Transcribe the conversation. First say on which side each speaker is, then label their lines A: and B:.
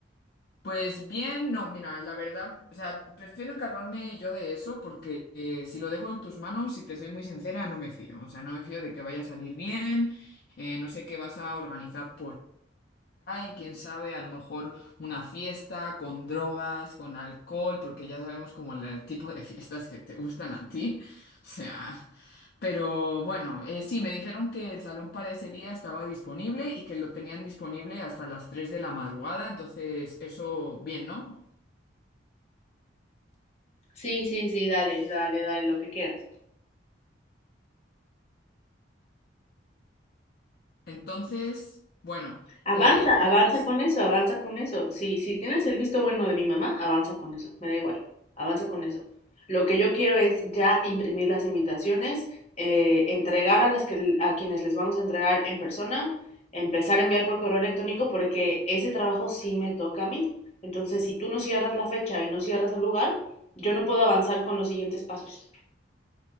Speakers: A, on the left; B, on the left.
A: pues bien, no, mira, la verdad, o sea, prefiero encargarme yo de eso porque eh, si lo dejo en tus manos, si te soy muy sincera, no me fío, o sea, no me fío de que vaya a salir bien, eh, no sé qué vas a organizar y quién sabe, a lo mejor una fiesta con drogas, con alcohol, porque ya sabemos como el tipo de <laughs> fiestas que te gustan a ti. O sea, pero bueno, eh, sí, me dijeron que el salón para ese día estaba disponible y que lo tenían disponible hasta las 3 de la madrugada, entonces eso bien, ¿no?
B: Sí, sí, sí, dale, dale, dale, lo que quieras.
A: Entonces, bueno,
B: Avanza,
A: eh, ¿cómo
B: avanza
A: ves?
B: con eso, avanza con eso. Si, si tienes el visto bueno de mi mamá, avanza con eso, me da igual, avanza con eso. Lo que yo quiero es ya imprimir las invitaciones, eh, entregar a las que a quienes les vamos a entregar en persona, empezar a enviar por correo electrónico porque ese trabajo sí me toca a mí. Entonces, si tú no cierras la fecha y no cierras el lugar, yo no puedo avanzar con los siguientes pasos.